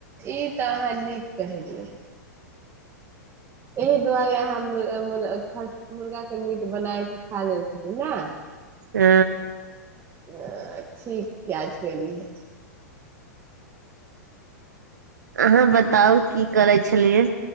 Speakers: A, on the right; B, on the right.
A: ई तऽ अहाँ नीक कहेलियै एहि दुआरे अहाँ मुर्गाके मीट बनायके खा जाइ छलै ने
B: आ
A: अ ी क्याज करली ह
B: अहाँ बताउ की करै छलियै